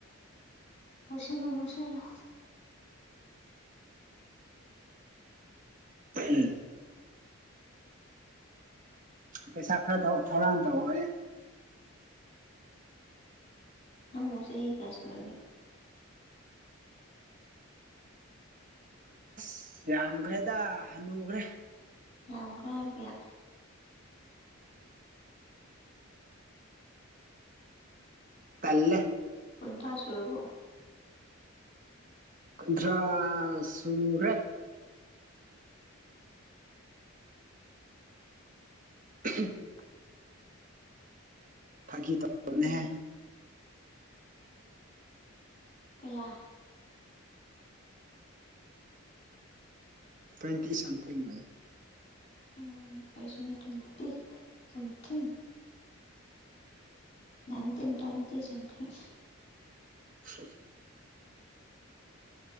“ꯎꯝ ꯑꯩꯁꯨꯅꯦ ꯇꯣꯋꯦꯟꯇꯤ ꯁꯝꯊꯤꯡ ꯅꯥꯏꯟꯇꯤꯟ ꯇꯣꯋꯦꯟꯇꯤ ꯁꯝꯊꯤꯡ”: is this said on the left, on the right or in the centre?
Left